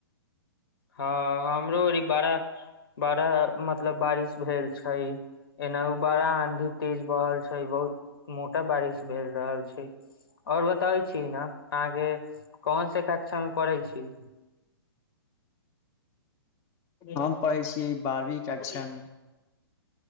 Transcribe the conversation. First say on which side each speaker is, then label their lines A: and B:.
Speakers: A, on the left; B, on the left.
A: हँ हमरो अर बड़ा बड़ा मतलब बारिश भेल छै एना उ बड़ा आंधी तेज बह रहल छै बहुत मोटा बारिश भेल रहल छै आओर बताब छी ने अहाँके कोन से कक्षा में पढ़ै छी
B: हम पढ़ै छियै बारहवीं कक्षा मे